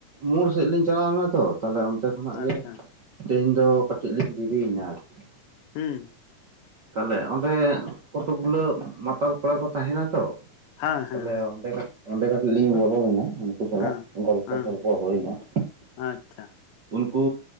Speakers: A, on the right; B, on the left.
A: ᱢᱳᱲ ᱥᱮᱫ ᱞᱤᱧ ᱪᱟᱞᱟᱣ ᱞᱮᱱᱟ ᱛᱚ ᱛᱟᱦᱞᱮ ᱚᱱᱛᱮ ᱠᱷᱚᱱᱟᱜ
B: ᱟᱪᱪᱷᱟ
A: ᱜᱮ ᱛᱮᱦᱮᱧ ᱫᱚ ᱠᱟᱹᱴᱤᱡ ᱞᱤᱧ ᱫᱮᱨᱤᱭᱮᱱᱟ ᱟᱨᱠᱤ ᱾
B: ᱦᱩᱸ ᱾
A: ᱛᱟᱦᱟᱞᱮ ᱚᱸᱰᱮ ᱠᱚᱛᱳᱠ ᱜᱩᱞᱟᱹ ᱢᱟᱛᱟᱞ ᱠᱚᱲᱟ ᱠᱚ ᱛᱟᱦᱮᱱᱟ ᱛᱚ ᱾
B: ᱦᱮᱸ
A: ᱛᱟᱦᱚᱞᱮ
B: ᱦᱮᱸ ᱦᱮᱸ
A: ᱚᱸᱰᱮ ᱚᱸᱰᱮ ᱠᱟᱹᱴᱤᱡ ᱞᱤᱧ ᱵᱚᱞᱚ ᱞᱮᱱᱟ ᱩᱱᱠᱩ ᱥᱟᱞᱟᱜ
B: ᱦᱮᱸ
A: ᱾ ᱜᱚᱞᱯᱷᱚ
B: ᱦᱮᱸ
A: ᱥᱚᱞᱯᱷᱚ ᱦᱩᱭ ᱮᱱᱟ
B: ᱟᱪᱪᱷᱟ
A: ᱾ <inaudible> ᱩᱱᱠᱩ